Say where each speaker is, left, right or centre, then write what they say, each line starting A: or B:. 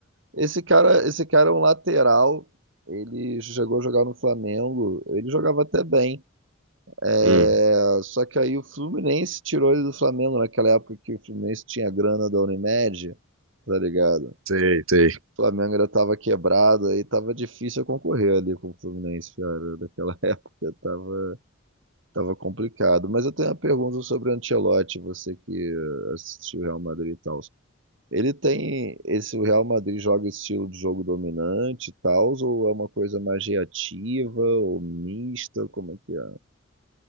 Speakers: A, on the right (about 65°); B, on the right (about 80°).
A: Esse cara, esse cara é um lateral. Ele chegou a jogar no Flamengo. Ele jogava até bem. É,
B: Hum,
A: Só que aí o Fluminense tirou ele do Flamengo naquela época que o Fluminense tinha grana da Unimed, tá ligado?
B: sei, sei.
A: O Flamengo ainda tava quebrado, aí tava difícil eu concorrer ali com o Fluminense, cara. Naquela <laughs> época tava, tava complicado. Mas eu tenho uma pergunta sobre o Ancelotti, você que eh, assistiu o Real Madrid e tal. Ele tem esse o Real Madrid joga estilo de jogo dominante e tal, ou é uma coisa mais reativa ou mista, como é que é?